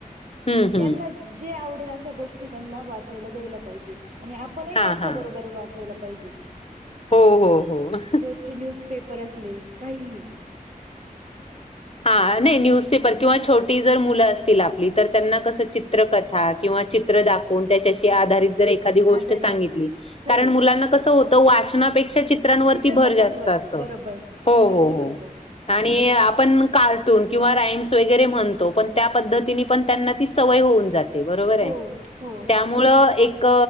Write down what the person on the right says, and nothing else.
त्यांना जे आवडेल अशा गोष्टी त्यांना वाचायला द्यायला पाहिजे. आणि आपणही
त्यांच्या
बरोबर वाचायला पाहिजे.
रोज चे वर्तमान पत्र असले काहीही
हम्म
हो
आधारित
हो
चित्रकथांवर
बरोबर
अगदी
बरोबर
हो हो